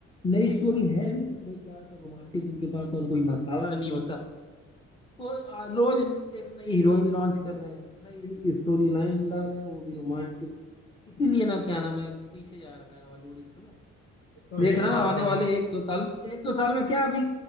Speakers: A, on the left (about 15°); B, on the left (about 40°).
A: नई स्टोरी है भी तो भाई ज्यादातर रोमांटिक उनके पास और कोई मसाला नहीं होता वो आ- रोज एक नई हीरोइन लॉन्च कर रहे हैं नई स्टोरी लाइन ला रहे हैं वो भी रोमांटिक इसीलिए ना क्या नाम है पीछे जा रहा है हॉलीवुड इस समय
B: तो
A: देख
B: है
A: रहा
B: और
A: ना आने
B: अ,
A: वाले एक दो साल में एक दो साल में क्या अभी